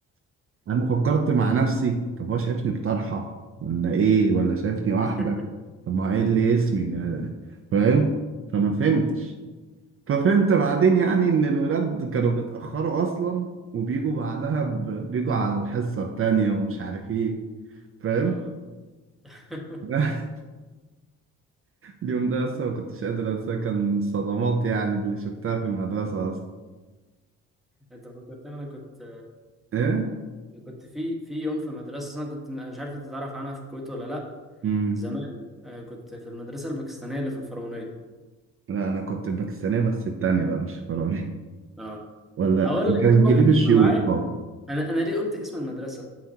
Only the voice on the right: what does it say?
انا فكرت مع نفسي طب هو شايفني بطرحه ولا ايه ولا شايفني واحده
طب ما هو ايه اللي اسمي يعني، فاهم فما فهمتش ففهمت بعدين يعني ان الولاد كانوا بيتأخروا اصلا وبيجوا بعدها ب... بيجوا على الحصة التانية ومش عارف ايه فاهم
<laughs> ده اليوم ده اصلا ما كنتش قادر انساه كان من الصدمات يعني اللي شفتها في المدرسة اصلا
ايه
امم
لا انا كنت باكستانية بس التانية بقى مش فرنسي
ولا
كان
جليب
الشيوخ
طبعا